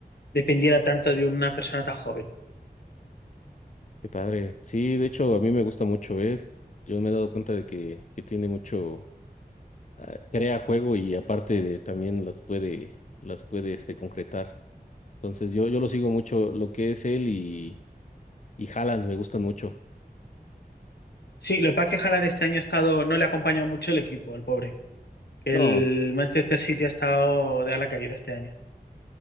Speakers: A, on the left; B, on the left.
A: dependiera tanto de una persona tan joven.
B: Qué padre. Sí, de hecho, a mí me gusta mucho, ¿eh? Yo me he dado cuenta de que, que tiene mucho, ah, crea juego y aparte de también las puede, las puede este, concretar. Entonces yo, yo lo sigo mucho, lo que es él y, y Haaland me gustan mucho.
A: Sí, lo que pasa es que Haaland este año ha estado, no le ha acompañado mucho el equipo, al pobre. El
B: No,
A: Manchester City ha estado de a la caída este año.